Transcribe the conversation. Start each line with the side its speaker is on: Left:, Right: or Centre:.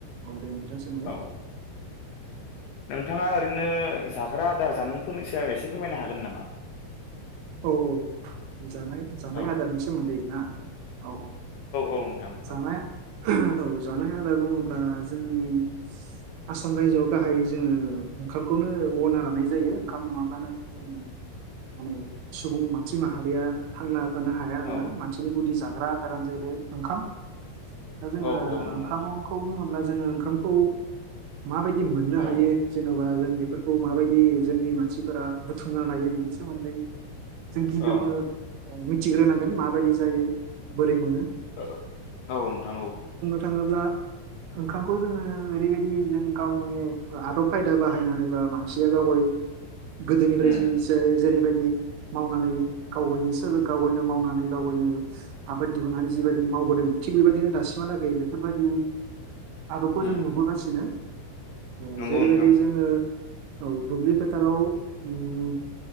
Right: औ दे नोंथां सोंलाय
Left: औ
Right: ।
Left: नोंथाङा ओरैनो जाग्रा आदार जामुंफोरनि सायाव एसे फोरमायनो हागोन नामा?
Right: औ औ जानाय जानाय
Left: औ
Right: आदारनि सो मोनदै ना औ औ
Left: औ नोंथां
Right: जानाय
Left: औ
Right: औ जानाय आदार बुङोब्ला जोंनि आसाम रायजोआव गाहाय जोङो ओंखामखौनो गनायना लानाय जायो ओंखाम नङाब्लानो जों माने सुबुं मानसि माहारिया थांना थानो हाया आरोना
Left: औ
Right: मानसिनि गुदि जाग्रा आदारानो जाहैबाय ओंखाम। दा जों
Left: औ औ नंगौ
Right: ओंखामखौ
Left: नोंथां
Right: बुङोब्ला ब्ला जोङो ओंखामखौ माबायदि मोननो
Left: औ
Right: हायो जेन' बा जों बेफोरखौ माबायदि जोंनि मानसिफोरा बुथुमना लायो बेनि सोमोन्दै जों गिबियावनो
Left: औ
Right: मिथिग्रोनांगोन माबायदि जायो बोरै मोनो ।
Left: ओ औ नोंथां नंगौ।
Right: थाङोब्ला ओंखामखौ जोङो ओरैबायदि जों गावनि ओ आदब खायदा बाहायनानै बा मानसिया गावगाय
Left: <inaudible>
Right: गोदोनिफ्राय
Left: उम
Right: जि जे-जेरैबायदि मावनानै गावगायनि सोलो गावगायनो मावनानै गावगायनो आबाद दिहुननानै जिबायदि मावबो दों थिग बेबायदिनो दासिमहालागै बेफोरबायदि
Left: <inaudible>
Right: आदबखौ
Left: उम
Right: जों नुबोगासिनो ओ
Left: नंगौ
Right: जेरैबायदि
Left: नोंथां
Right: जोङो औ दुब्लि फोथाराव ओम